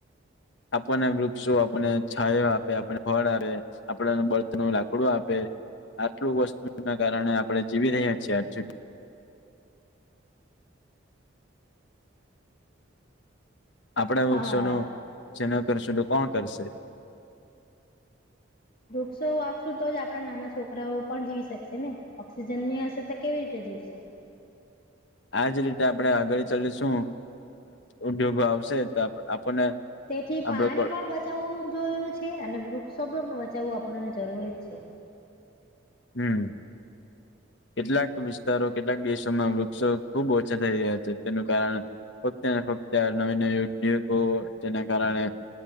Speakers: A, on the left; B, on the left.
A: આપણને વૃક્ષો આપણને છાયા આપે આપને ફળ આપે. આપડને બળતણ લાકડું આપે. આટલું વસ્તુ ના કારણે આપડણે જીવી રહી છીએ આજુ. આપડે વૃક્ષો
B: હા
A: ન છે ન કરશું તો કોણ કરશે.
B: વૃક્ષો વાશું તો જ આપડા નાના છોકરાઓ પણ જીવી શકશે ને ઓક્સિજન ની. છતા કેવી રીતે જીવશે.
A: આ જ રીતે આપણે આગળ ચાલીશું ઉદ્યોગો આવશે તો આપણને.
B: તેથી
A: આપડ
B: પાણી પણ બચાવવું જોયેલું છે અને વૃક્ષો પણ બચાવવું આપણને જરૂરી છે.
A: હમ. કેટલાક વિસ્તારો કેટલાક દેશોમાં વૃક્ષો ખુબ ઓછા થઈ રહ્યા છે તેનું કારણ. ફક્ત ને ફક્ત નવી નવી ઉદ્યોગો જેના કારણે.